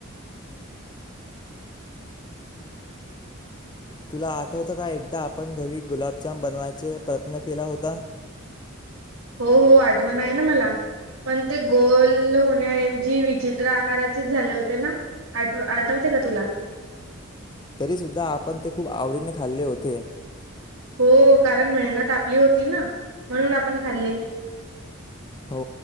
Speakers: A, on the left; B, on the right.
A: तुला आठवत का एकदा आपण घरी गुलाबजाम बनवायचा प्रयत्न केला होता.
B: हो हो आठवण आहे ना मला. पण ते गोल होण्या ऐवजी विचित्र आकाराचेच झाले होते ना? आठव आठवते का तुला?
A: तरीसुद्धा आपण ते खूप आवडीने खाल्ले होते.
B: हो, कारण मेहनत आपली होती ना, म्हणून आपण खाल्ले‌.
A: हो